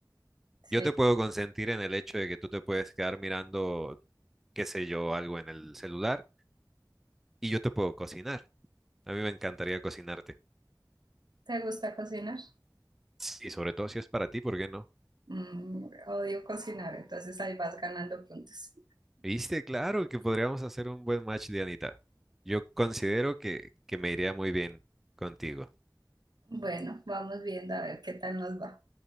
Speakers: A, on the right (about 70°); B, in the centre.
A: Sí.
B: Yo te puedo consentir en el hecho de que tú te puedes quedar mirando, qué sé yo, algo en el celular y yo te puedo cocinar. A mí me encantaría cocinarte.
A: ¿Te gusta cocinar?
B: Y sobre todo si es para ti, ¿por qué no?
A: Mm, odio cocinar, entonces ahí vas ganando puntos.
B: Viste, claro que podríamos hacer un buen match, Dianita. Yo considero que, que me iría muy bien contigo.
A: Bueno, vamos viendo a ver qué tal nos va.